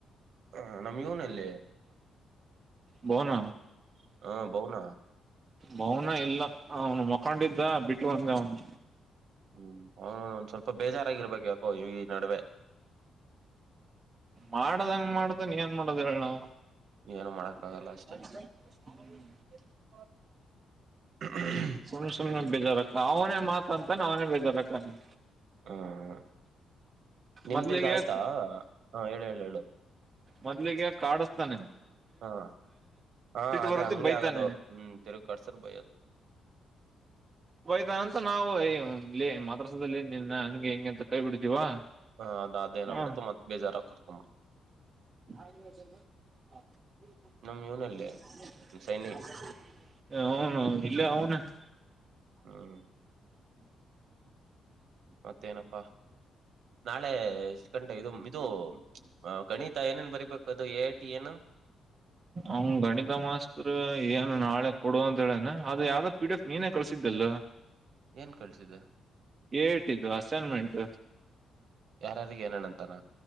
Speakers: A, on the right (about 65°); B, on the right (about 25°).
A: ಹ ನಮ್ ಯುವ್ನ್ ಎಲ್ಲಿ.
B: ಬೌನ
A: ಹ ಬೌನ
B: ಮೌನ ಇಲ್ಲ ಅವ್ನು ಮೋಕ್ ಕೊಂಡಿದ್ದ ಬಿಟ್ ಬಂದೆ ಅವ್ನ್.
A: ಹ್ಮ್ ಅವ್ನು ಒಂದ್ ಸ್ವಲ್ಪ ಬೇಜಾರಾಗಿರ್ಬೇಕ್ ಯಾಕೋ ಈ ಈ ನಡ್ವೆ.
B: ಮಾಡ್ದಂಗ ಮಾಡ್ತಾನ ಏನ್ ಮಾಡೋದ್ ಹೇಳ್ ನಾವ್.
A: ಏನು ಮಾಡಕ್
B: <unintelligible>
A: ಆಗಲ್ಲ ಅಷ್ಟೆ <unintelligible>
B: ಸುಮ್ನೆ ಸುಮ್ನೆ ಬೇಜಾರತ ಅವ್ನೇ ಮಾತ್ ಅಂತನೆ ಅವ್ನೇ ಬೇಜಾರಕ್ಕನೆ.
A: ಹ್ಮ ಹಾ. ನಿಮ್ದು
B: ಮೊದ್ಲಿಗೆ
A: ಇದ್ ಆಯ್ತಾ ಹ ಹೇಳು ಹೇಳು ಹೇಳು.
B: ಮೊದ್ಲಿಗೆ ಕಾಡುಸ್ತಾನೆ.
A: ಹಾ ಹಾ ಅದೇ
B: ಬರತಿ
A: ಹಂಗೆ
B: ಬೈತಾನೆ
A: ಆಗದು ಹ್ಮ್ ತಿರುಗ್ ಕರ್ಸುದ್ರೆ ಬಯದು.
B: ಬಯ್ತ ಅಂತ ನಾವು ಯ ಇ ಮತಸುದ್ರಲೆ ನಿನ್ನ ಹಂಗೆ ಹಿಂಗೆ ಅಂತ ಕೈ ಬಿಡ್ತೀವಾ.
A: ಹ ಅದ್ ಅದೇನ್
B: ಹ
A: ಆಗ್ ಬಿಡ್ತು ಮತ್ ಬೇಜಾರಾಗ್ ಕುತ್ಕೊಂಬಿಡ್ತು.
B: <unintelligible>
A: ನಮ್ ಇವನಲ್ಲಿ ಸೈನಿ
B: ಅವ್ನು ಇಲ್ಲೆ ಅವ್ನೆ.
A: ಹ್ಮ್ ಮತ್ತೇನಪ್ಪಾ ನಾಳೆ ಎಷ್ಟ್ ಗಂಟೆ ಇದು ಇದು ಗಣಿತ ಏನೇನ್ ಬರಿಬೇಕು ಅದು ಎ ಟಿ ಏನು
B: ಅವ್ ಗಣಿತ ಮಾಸ್ತೃ ಏನು ನಾಳೆ. ಕೊಡುವ ಅಂತ ಹೇಳನ ಅದು ಯಾವ್ದ ಪಿಡಿ ಎಫ್ ನೀನೇ ಕಳ್ಸಿದ್ದೆಲ್.
A: ಏನ್ ಕಳ್ಸಿದೆ
B: ಏ ಐ ಟಿ ದ್ದು ಅಸೈನ್ಮೆಂಟ್.
A: ಯಾರಾರಿಗೆ ಏನ್ ಹೇಳ್ ಅಂತನ.